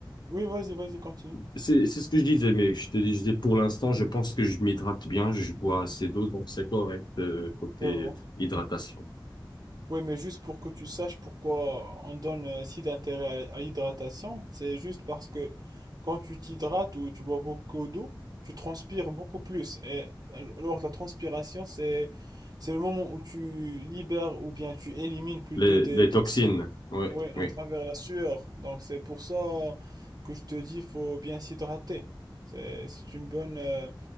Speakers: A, on the right (about 50°); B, on the left (about 60°).
A: Oui, vas-y, vas-y, continue.
B: c'est, c'est ce que je disais, mais je te disais, pour l'instant, je pense que je m'hydrate bien, je bois assez d'eau, donc c'est correct, euh, côté
A: Je vois.
B: hydratation.
A: Oui, mais juste pour que tu saches pourquoi on donne euh, si d'intérêt à à l'hydratation, c'est juste parce que quand tu t'hydrates ou tu bois beaucoup d'eau, tu transpires beaucoup plus. Et euh, lors de la transpiration, c'est c'est le moment où tu libères ou bien tu élimines plutôt
B: Les,
A: des
B: les
A: toxines.
B: toxines, ouais,
A: Oui,
B: oui,
A: à travers la sueur. Donc c'est pour ça que je te dis, faut bien s'hydrater. C'est c'est une bonne euh,